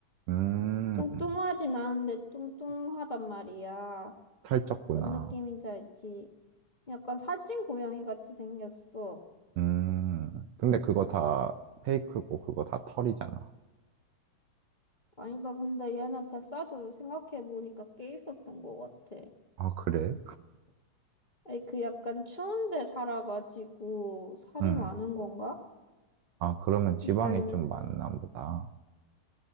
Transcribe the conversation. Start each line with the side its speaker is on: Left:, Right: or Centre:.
Right: 음,
Left: 뚱뚱하진 않은데 뚱뚱하단 말이야.
Right: 살쪘구나.
Left: 뭔 느낌인지 알지? 약간 살찐 고양이 같이 생겼어.
Right: 음, 근데 그거 다 페이크고, 그거 다 털이잖아.
Left: 아니다, 근데 얘는 뱃살도 생각해보니까 꽤 있었던 것 같아.
Right: 아, 그래?
Left: 아니, 그 약간 추운데 살아가지고 살이
Right: 응.
Left: 많은 건가?
Right: 아, 그러면 지방이
Left: 그간니까
Right: 좀 많나 보다.